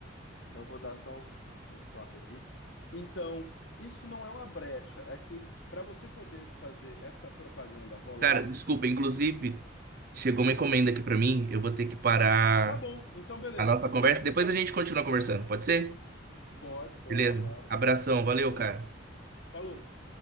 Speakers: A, on the left (about 70°); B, on the right (about 50°).
A: Então eu vou dar só o o stop aqui. Então, isso não é uma brecha, é que para você poder fazer essa propaganda rolar,
B: Cara, desculpa, inclusive,
A: no-
B: chegou uma encomenda aqui pra mim, eu vou ter que parar
A: tá bom, então beleza.
B: a nossa
A: Então,
B: conversa,
A: então
B: depois a gente continua conversando, pode ser?
A: pode, pode,
B: Beleza?
A: claro.
B: Abração, valeu, cara.
A: Falou.